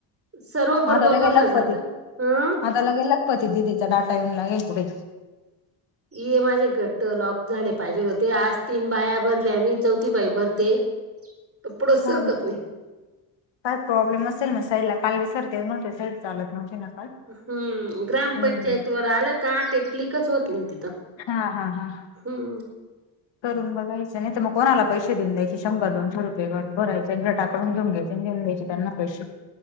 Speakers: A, on the right; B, on the left.
A: सर्व बरोबर
B: आता लगे
A: भरल
B: लखपती
A: जात. ह
B: आता लगेलग प ती दिदीचा डाटा येऊ लागेल पुढे.
A: ये माझे घट्ट लॉक झाले पाहिजेल होते. आज तीन बाया भरल्या मी. चौथी बाई भरते.
B: <inaudible>
A: तर पुढच सरकत
B: हा
A: नाही.
B: काय प्रॉब्लेम असेल ना साईडला. काल बी सर तेच म्हटले, साईड चालत नव्हती ना काल.
A: हम्म ग्रामपंचायत
B: हम्म
A: वर आल का ते क्लिकच होत नाही तिथ.
B: हा हा हा
A: हम्म
B: करून बघायच. नाही तर मग कोणाला पैसे देऊ द्यायचे शंभर दोनशे रुपये गट भरायचे. गटाकडून घऊन घ्यायचे आणि देऊन द्यायचे. त्यांना पैसे.